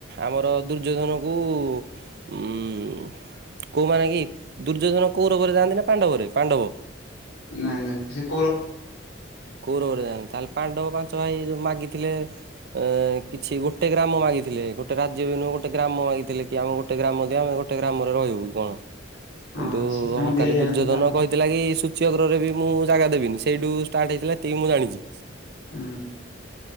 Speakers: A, on the right; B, on the left.
A: ଆମର ଦୁର୍ଯ୍ୟୋଧନ କୁ ଉଁ ଉଁ ଉଁ କୋଉମାନେ କି ଦୁର୍ଯ୍ୟୋଧନ କୌରବରେ ଯାଆନ୍ତି ନା ପାଣ୍ଡବରେ? ପାଣ୍ଡବ।
B: ନାଇଁ-ନାଇଁ ସେ <unintelligible>
A: କୌରବରେ ଯାଆନ୍ତି, ତାହେଲେ ପାଣ୍ଡବ ପାଞ୍ଚ ଭାଇ ଯୋଉ ମାଗିଥିଲେ ଅ କିଛି ଗୋଟେ ଗ୍ରାମ ମାଗିଥିଲେ, ଗୋଟେ ରାଜ୍ୟ ବି ନୁହେଁ ଗୋଟେ ଗ୍ରାମ ମାଗିଥିଲେ କି ଆମୁ କୁ ଗୋଟେ ଗ୍ରାମ ଦିଅ ଗୋଟେ ଗ୍ରାମରେ ରହିବୁ କଣ
B: ହଁ
A: କିନ୍ତୁ
B: ସେଇଟା ତାଙ୍କୁ
A: ଅହଙ୍କାରୀ
B: ଦିଆଯାଇନଥିଲା
A: ଦୁର୍ଯ୍ୟୋଧନ
B: ଆଉ
A: କହି ଥିଲା କି ସୂଚ୍ୟ ଗ୍ରହ ରେ ବି ମୁଁ ଜାଗା ଦେବିନି ସେଇଠୁ ଷ୍ଟାର୍ଟ ହେଇଥିଲା, ଏତିକି ମୁଁ ଜାଣିଚି।
B: ହୁଁ।